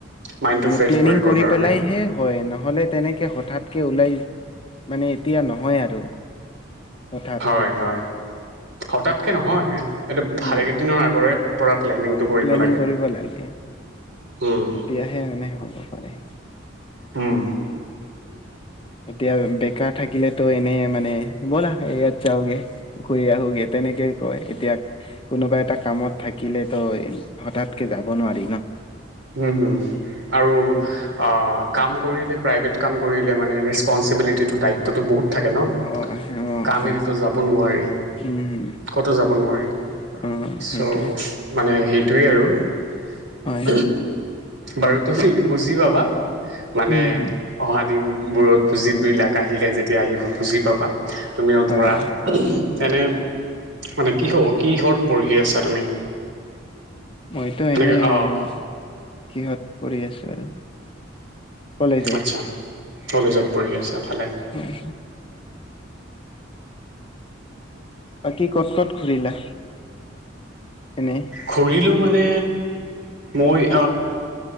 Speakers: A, on the right; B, on the left.
A: মাইণ্ডটো
B: মানে
A: ফ্ৰেছ
B: প্লেনিং
A: কৰিবৰ
B: কৰি
A: কাৰণে
B: পেলাইহে হয় ন হ'লেত তেনেকে হঠাৎকে ওলাই মানে এতিয়া নহয় আৰু হঠাৎ
A: হয় হয় হঠাৎকে নহয় এইটো ভালেকেইদিনৰ
B: উম
A: আগৰে পৰা প্লেনিংটো
B: অ
A: কৰিব
B: প্লেনিং
A: লাগে
B: কৰিব লাগে
A: উম
B: তেতিয়াহে মানে হ'ব পাৰে
A: হম
B: এতিয়া বেকাৰ থাকিলেতো এনে মানে ব'লা এ ইয়াত যাওগে ঘুৰি আহোোগে তেনেকেই কয় এতিয়া কোনোবা এটা কামত থাকে থাকিলে তো হঠাৎকে যাব নোৱাৰি ন
A: উম হম আৰু অ কাম কৰিলে প্ৰাইভেট কাম কৰিলে মানে ৰেচপনচিবিলিটিটোৰ দায়িত্বটো বহুত থাকে ন
B: অ অ
A: কাম
B: হয়
A: এৰিতো যাব নোৱাৰি
B: উম
A: ক'তো যাব নোৱাৰি
B: অ
A: চ'
B: সেইটোৱে
A: মানে সেইটোৱেই আৰু <unintelligible>
B: উম
A: বাৰু তুমি বুজি লবা <unintelligible> মানে
B: উম হম
A: অহা দিন বোৰত ভুজিবিলাক আহিলে যেতিয়া আহিব বুজি পাবা <unintelligible> তুমিও
B: হয়
A: ধৰা এনে মানে কিহ কিহৰত পঢ়ি আছা তুমি
B: মইতো
A: এনেকে
B: এনেই
A: অঁ
B: কিহত পৰি আছো আৰু কলেজত
A: আচ্ছা। কলেজত পঢ়ি আছে তফালে
B: হয় বাকী ক'ত ক'ত ঘূৰিলা এনে
A: ঘূৰিলো মানে মই